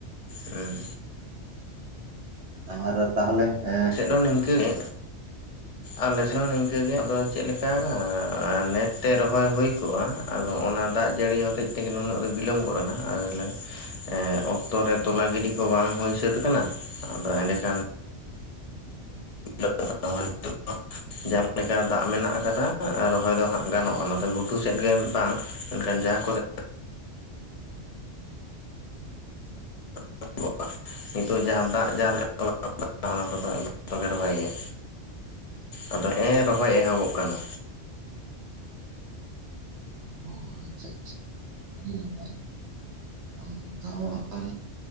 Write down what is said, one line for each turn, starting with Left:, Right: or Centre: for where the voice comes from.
Left: ᱦᱩᱸ
Right: ᱛᱟᱦᱚ ᱨᱮ ᱛᱟᱦᱚᱞᱮ ᱮᱸᱜ
Left: ᱫᱚ ᱱᱤᱝᱠᱟᱸ ᱜᱮ ᱟᱞᱮᱥᱮᱱ ᱦᱚᱸ ᱱᱤᱝᱠᱟᱹᱜᱮ ᱟᱫᱚ ᱪᱮᱫᱠᱟᱱᱟ ᱱᱮᱴ ᱛᱮ ᱨᱚᱦᱚᱭ ᱦᱩᱭ ᱠᱚᱜᱼᱟ᱾ ᱟᱫᱚ ᱚᱱᱟ ᱫᱟᱜ ᱡᱟᱹᱲᱤ ᱦᱚᱛᱮᱡ ᱛᱮᱜᱮ ᱱᱩᱱᱟᱹᱜ ᱫᱚ ᱵᱤᱞᱚᱢ ᱜᱚᱫ ᱮᱱᱟ ᱟᱨᱞᱮ ᱮ ᱚᱠᱛᱚ ᱨᱮ- ᱛᱚᱞᱟ ᱜᱤᱰᱤ ᱠᱚ ᱵᱟᱝ ᱦᱩᱭ ᱥᱟᱹᱛ ᱠᱟᱱᱟ ᱟᱫᱚ ᱮᱸᱰᱮᱠᱷᱟᱱ <inaudible> ᱡᱟᱦᱟ ᱞᱮᱠᱟ ᱫᱟᱜ ᱢᱮᱱᱟᱜ ᱠᱟᱫᱟ ᱨᱚᱦᱚᱭ ᱫᱚ ᱦᱟᱸᱜ ᱜᱟᱱᱚᱜᱼᱟ ᱱᱚᱛᱮ ᱜᱷᱩᱴᱩ ᱥᱮᱫ ᱜᱮ ᱵᱟᱝ ᱢᱮᱱᱠᱷᱟᱱ ᱡᱟᱦᱟᱸ ᱠᱚᱨᱮ <inaudible> ᱱᱤᱛᱚᱜ ᱡᱟᱦᱟᱸ ᱫᱟᱜ ᱡᱟᱦᱟᱸ <unintelligible> ᱚᱱᱟ ᱠᱚ ᱫᱟᱜ ᱛᱚᱜᱮ ᱨᱚᱦᱚᱭ ᱦᱩᱭᱩᱜᱟ ᱟᱫᱚ ᱮᱱ ᱨᱚᱦᱚ ᱮᱦᱚᱵᱚᱜ ᱠᱟᱱᱟ᱾
Right: ᱚ ᱟᱪᱪᱷᱟ ᱟᱪᱪᱷᱟ ᱟᱰᱤ ᱱᱟᱯᱟᱭ <unintelligible>